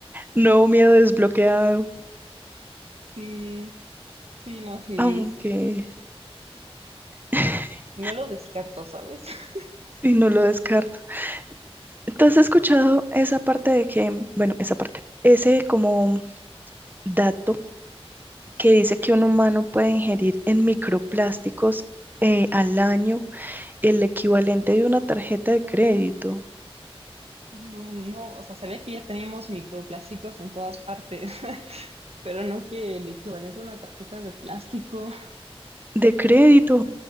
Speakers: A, on the right; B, on the right.
A: no miedo desbloqueado,
B: Sí. Sí, no, sí,
A: aunque
B: es-
A: <laughs>
B: no lo descarto, ¿sabes? <laughs>
A: si no lo descarto. Entonces he escuchado esa parte de que, bueno, esa parte, ese como dato que dice que un humano puede ingerir en microplásticos eh, al año el equivalente de una tarjeta de crédito.
B: Uh, no, o sea, sabía que ya teníamos microplásticos en todas partes, <laughs> pero no que el equivalente a una tarjeta de plástico.
A: De crédito.